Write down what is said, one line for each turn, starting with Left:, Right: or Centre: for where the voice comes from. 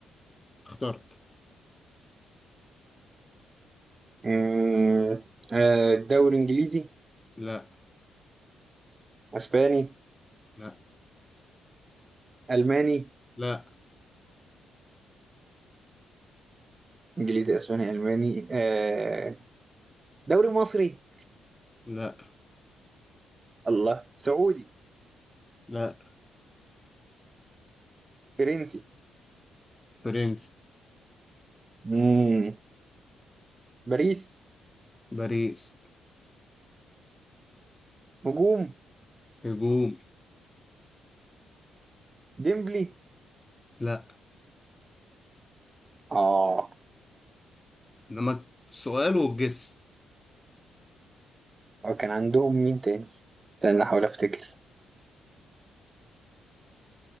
Left: اخترت
Right: أمم، آه، دوري انجليزي
Left: لا
Right: اسباني
Left: لا
Right: الماني
Left: لا
Right: انجليزي اسباني الماني آه، دوري مصري
Left: لا
Right: الله سعودي
Left: لا
Right: فرنسي
Left: برنس
Right: أمم، باريس
Left: باريس
Right: هجوم
Left: هجوم
Right: ديمبلي
Left: لا
Right: اه
Left: إنما سؤال والجس
Right: هو كان عندهم مين تاني استنى احاول افتكر